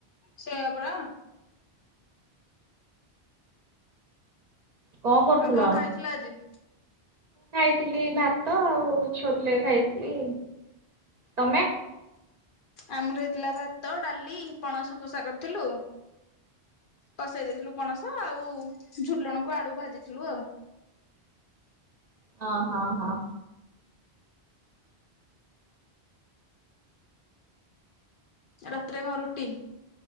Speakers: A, on the left (about 60°); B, on the right (about 45°).
A: ସେୟା ପରା।
B: କଣ କରୁଥିଲ
A: ଆଉ କଣ ଖାଇଥିଲ ଆଜି?
B: ଖାଇଥିଲି ଭାତ ଆଉ ଛୋଲେ ଖାଇଥିଲି ତମେ?
A: ଆମର ହେଇଥିଲା ଭାତ ଡାଲି ପଣସ କସା କରିଥିଲୁ। କଷେଇ ଦେଇଥିଲୁ ପଣସ ଆଉ ଝୁଲଣକୁ ଆଳୁ ଭାଜିଥିଲୁ ଆଉ।
B: ହଁ ହଁ ହଁ।
A: ରାତିରେ କଣ ରୁଟି?